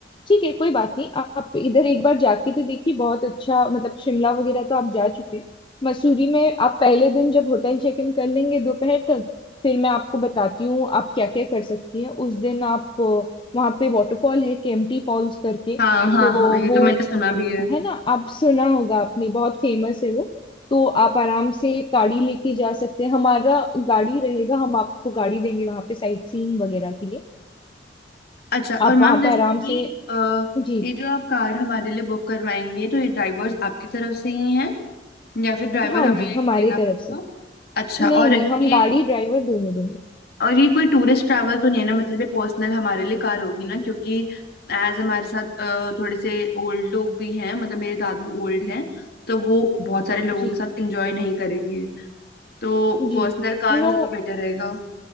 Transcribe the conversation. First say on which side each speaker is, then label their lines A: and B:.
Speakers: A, on the left; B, on the left.
A: ठीक है कोई बात नहीं आप इधर एक बार जाके तो देखिए बहुत अच्छा मतलब शिमला वगैरह तो आप जा चुके हैं मसूरी में आप पहले दिन जब होटल चेक इन कर लेंगे दोपहर तक फिर मैं आपको बताती हूँ आप क्या क्या कर सकती हैं उस दिन आप अ, वहाँ पे वाटरफॉल है केम्प्टी फॉल्स करके
B: हाँ हाँ
A: तो
B: हाँ ये
A: वो
B: तो मैंने सुना भी है
A: है ना आप सुना होगा आपने बहुत फेमस है वो तो आप आराम से गाड़ी लेके जा सकते हैं हमारा गाड़ी रहेगा हम आपको गाड़ी देंगे वहाँ पे साइट सीइंग वगैरह के लिए
B: अच्छा
A: आप
B: और मैम
A: वहाँ
B: जैसे
A: पे आराम
B: कि
A: से
B: अ,
A: जी
B: ये जो आप कार हमारे लिए बुक करवाएंगे तो ये ड्राइवर्स आपकी तरफ से ही हैं या फिर ड्राइवर
A: हाँ
B: हमें
A: जी हमारी
B: देना पड़ेगा
A: तरफ से नहीं
B: अच्छा और
A: नहीं हम
B: ये
A: गाड़ी ड्राइवर दोनों देंगे
B: और ये कोई टूरिस्ट ट्रैवल तो नहीं है ना मतलब ये पर्सनल हमारे लिए कार होगी ना क्योंकि एज हमारे साथ अ, थोड़े से ओल्ड लोग भी हैं मतलब मेरे दादू ओल्ड हैं तो वो बहुत सारे लोगों
A: जी
B: के साथ एंजॉय नहीं करेंगे तो
A: जी
B: पर्सनल कार
A: नो
B: हो तो बेटर रहेगा